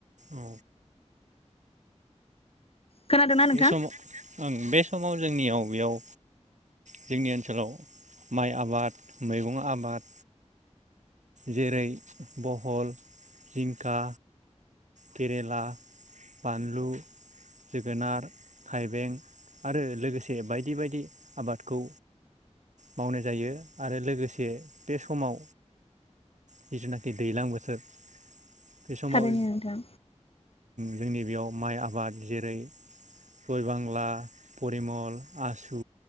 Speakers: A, on the right (about 85°); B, on the left (about 55°).
A: औ
B: खोनादोंना
A: बे
B: नोंथां?
A: समाव ओं बे समाव जोंनियाव बेयाव जोंनि ओनसोलाव माइ आबाद मैगं आबाद जेरै बहल, जिंखा केरेला, बानलु, जोगोनार, थाइबें आरो लोगोसे बायदि बायदि आबादखौ मावनाय जायो आरो लोगोसे बे समाव जिथुनाखि दैज्लां बोथोर बे समाव
B: थारैनो नोंथां
A: जोंनि बेयाव माइ आबाद जेरै जय बांला परिमल आसु